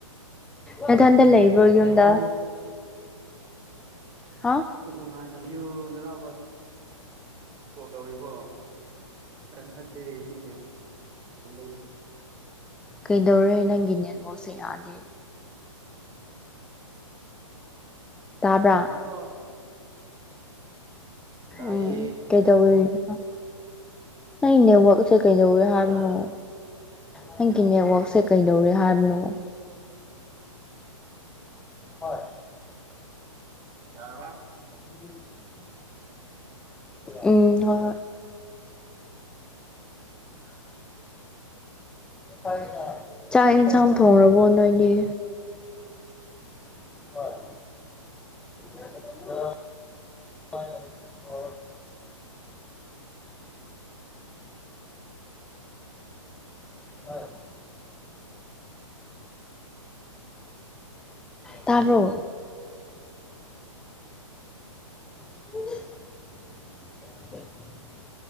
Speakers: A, in the centre; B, on the right (about 20°).
A: ꯅꯊꯟꯇ
B: ꯅꯨꯡꯉꯥꯏꯅ
A: ꯂꯩꯕ꯭ꯔꯣ ꯌꯨꯝꯗ
B: ꯂꯩꯌꯨ
A: ꯍꯥ
B: ꯅꯨꯡꯉꯥꯏꯅ ꯂꯩꯌꯨ ꯅꯥꯅꯥꯎꯄꯥꯗꯤ ꯀꯣꯜ ꯇꯧꯔꯤꯕꯣ <unintelligible>
A: ꯀꯩꯗꯧꯔꯦ ꯅꯪꯒꯤ ꯅꯦꯠꯋꯥꯛꯁꯦ ꯌꯥꯗꯦ ꯇꯥꯕ꯭ꯔꯥ
B: ꯅꯥꯛꯎꯀꯣ ꯇꯥꯏꯌꯦ
A: ꯎꯝ ꯀꯩꯗꯧꯔꯤꯅꯣ ꯅꯪ ꯅꯦꯠꯋꯥꯛꯛꯁꯦ ꯀꯩꯗꯧꯋꯦ ꯍꯥꯏꯕꯅꯣ
B: ꯍꯥ
A: ꯅꯪꯒꯤ ꯅꯦꯠꯋꯥꯛꯛꯁꯦ ꯀꯩꯗꯧꯔꯦ ꯍꯥꯏꯕꯅꯣ ꯍꯣꯏ
B: ꯌꯥꯔꯕ
A: <inaudible> ꯎꯝ ꯍꯣꯏ ꯍꯣꯏ ꯆꯥꯛ ꯌꯦꯟꯁꯥꯡ ꯊꯣꯡꯔꯕꯣ ꯅꯣꯏꯗꯤ <unintelligible> <unintelligible> ꯇꯥꯕ꯭ꯔꯣ <unintelligible> <unintelligible>